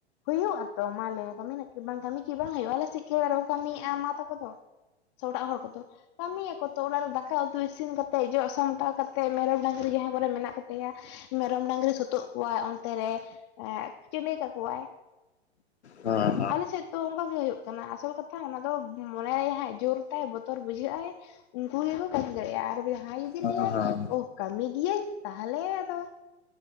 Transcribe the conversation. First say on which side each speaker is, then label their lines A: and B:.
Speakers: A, on the left (about 25°); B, on the left (about 80°).
A: ᱦᱩᱭᱩᱜ ᱟᱛᱚ ᱢᱟ ᱞᱟᱹᱭ ᱢᱮ ᱠᱟᱹᱢᱤ ᱠᱤ ᱵᱟᱝ ᱠᱟᱹᱢᱤ ᱠᱤ ᱵᱟᱝ ᱦᱩᱭᱩᱜᱼᱟ ᱟᱞᱮ ᱥᱮᱫ ᱠᱤ ᱚᱲᱟᱜ ᱨᱮᱠᱚ ᱠᱟᱹᱢᱮᱫᱟ ᱢᱟ ᱛᱟᱠᱚ ᱫᱚ। ᱥᱮ ᱚᱲᱟᱜ ᱦᱚᱲ ᱠᱚᱫᱚ, ᱠᱟᱹᱢᱤᱭᱟ ᱟᱠᱚ ᱛᱚ ᱚᱲᱟᱜ ᱨᱮ ᱫᱟᱠᱟ ᱩᱛᱩ ᱤᱥᱤᱱ ᱠᱟᱛᱮᱫ, ᱡᱚᱜ ᱥᱟᱢᱴᱟᱣ ᱠᱟᱛᱮᱫ, ᱢᱮᱨᱚᱢ ᱰᱟᱹᱟᱝᱨᱤ ᱡᱟᱦᱟᱸᱭ ᱠᱚᱨᱮᱱ ᱢᱮᱱᱟᱜ ᱠᱚ ᱛᱮᱭᱟ ᱢᱮᱨᱚᱢ ᱰᱟᱝᱨᱤ ᱥᱩᱛᱩᱜ ᱠᱚᱣᱟᱭ ᱚᱱᱛᱮ ᱨᱮ ᱪᱤᱰᱤ ᱠᱟᱠᱚᱣᱟᱭ।
B: ᱦᱩᱸ।
A: ᱟᱞᱮ ᱥᱮᱫ ᱛᱚ ᱚᱱᱠᱟ ᱜᱮ ᱦᱩᱭᱩᱜ ᱠᱟᱱᱟ, ᱟᱥᱚᱞ ᱠᱟᱛᱷᱟ ᱚᱱᱟ ᱫᱚ ᱢᱚᱱᱮᱨᱮ ᱡᱟᱦᱟᱭ ᱡᱳᱨ ᱛᱟᱭ ᱵᱚᱛᱚᱨ ᱵᱩᱡᱷᱟᱹᱜ ᱟᱭ ᱩᱱᱠᱩ ᱜᱮᱠᱚ ᱠᱟᱹᱢᱤ ᱫᱟᱲᱮᱭᱟᱜᱼᱟ, ᱟᱨ ᱡᱟᱦᱟᱸᱭ ᱡᱩᱫᱤ
B: ᱦᱮᱸ
A: ᱞᱟᱹᱭᱟᱭ
B: ᱦᱮᱸ ᱦᱮᱸ
A: ᱚ ᱠᱟᱹᱢᱤ ᱜᱤᱭᱟᱹᱧ ᱛᱟᱦᱚᱞᱮ ᱟᱫᱚ